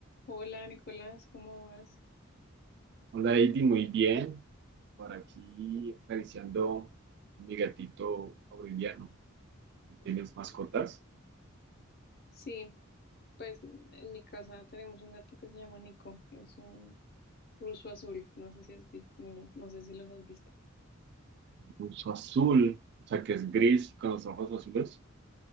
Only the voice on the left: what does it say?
Hola Nicolás, ¿cómo vas?
Sí, pues mm, en mi casa tenemos un gato que se llama Nico, es un ruso azul, no sé si has visto, no, lo- no sé si los has visto.